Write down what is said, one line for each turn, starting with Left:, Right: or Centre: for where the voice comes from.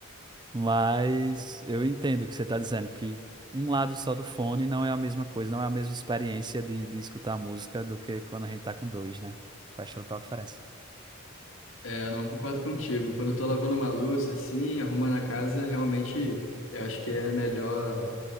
Right: Mas eu entendo o que você está dizendo, que um lado só do fone não é a mesma coisa, não é a mesma experiência de, de escutar música do que quando a gente tá com dois, né? Faz total diferença.
Left: É, não concordo contigo. Quando eu tô lavando uma louça, assim, arrumando a casa, realmente eu acho que é melhor